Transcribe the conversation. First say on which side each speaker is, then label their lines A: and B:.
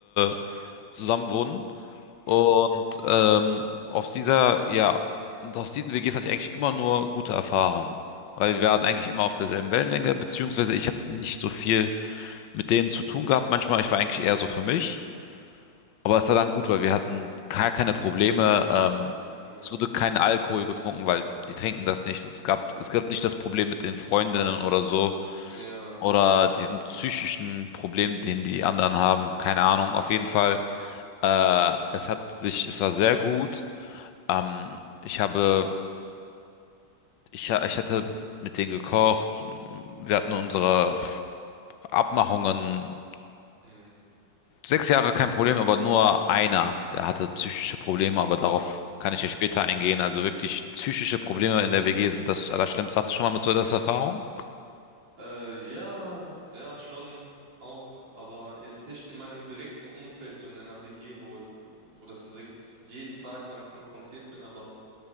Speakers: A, on the left; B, on the right.
A: äh, zusammen wohnen.
B: Ja,
A: Und ähm, aus dieser, ja, und aus diesen WGs hatte ich eigentlich immer nur gute Erfahrungen, weil wir waren eigentlich immer auf derselben Wellenlänge, beziehungsweise ich habe nicht so viel mit denen zu tun gehabt. Manchmal, ich war eigentlich eher so für mich. Aber es war dann gut, weil wir hatten gar keine Probleme. Ähm,
B: ja,
A: es
B: super.
A: wurde kein Alkohol getrunken, weil die trinken das nicht. Es gab, es gab nicht das Problem mit den Freundinnen oder so
B: Ja,
A: oder
B: ja,
A: diesem psychischen Problem, den die anderen haben. Keine Ahnung. Auf jeden Fall, äh, es hat sich, es war sehr gut. Ähm, ich habe, ich, ha- ich hatte mit denen gekocht. Wir hatten unsere F- Abmachungen
B: hm,
A: Sechs Jahre kein Problem, aber nur einer, der hatte psychische Probleme, aber darauf kann ich ja später eingehen. Also wirklich psychische Probleme
B: ja.
A: in der WG sind das Allerschlimmste. Hattest du schon mal mit so einer Erfahrung?
B: Äh, ja, ja, schon auch, aber jetzt nicht in meinem direkten Umfeld, so in einer WG, wo, wo das direkt jeden Tag damit konfrontiert bin, aber